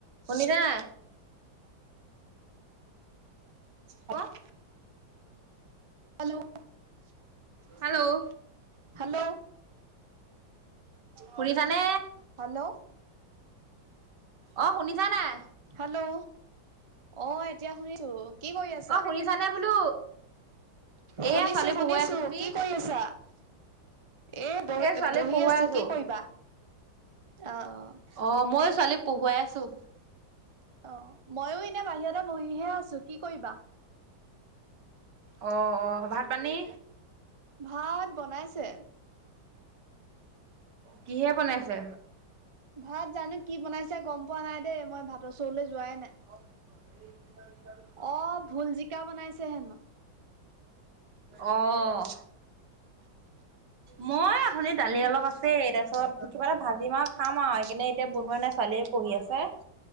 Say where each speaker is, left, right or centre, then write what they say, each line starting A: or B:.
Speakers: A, on the right; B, on the right.
A: কলিতা। হ'ব
B: hello
A: <unintelligible> hello?
B: Hello?
A: শুনিছানে?
B: Hello?
A: অ', শুনিছা নাই?
B: হেল্ল', অ', এতিয়া শুনিছোঁ‌, কি কৰি আছ?
A: অ' শুনিছানে বোলো? এয়া
B: শুনিছোঁ‌,
A: ছোৱালীক
B: শুনিছোঁ‌,
A: পঢ়ুৱাই আছো। তুমি?
B: কি কৰি আছা? এই বহ-বহি
A: এ ছোৱালীক পঢ়ুৱাই
B: আছোঁ‌,
A: আছো।
B: কি কৰিবা? অ'-অ'।
A: অ', মইও ছোৱালীক পঢ়ুৱাই আছোঁ‌।
B: অ', মইয়ো এনে বাহিৰতে বহিহে আছোঁ‌, কি কৰিবা?
A: অ'-অ', ভাত পানী?
B: ভাত বনাইছে।
A: কিহে বনাইছে?
B: ভাত জানো কি বনাইছে গম পোৱা নাই দেই, মই ভাতৰ চৰুলে যোৱাই নাই।
A: <unintelligible>
B: অ', ভুল জিকা বনাইছে হেনো।
A: অ'। মই অথনিৰ দালি অলপ আছেই তাৰপিছত, কিবা এটা ভাজিম আৰু খাম আৰু, সেইকাৰনে এতিয়া বনোৱা নাই, ছোৱালীয়ে পঢ়ি আছে।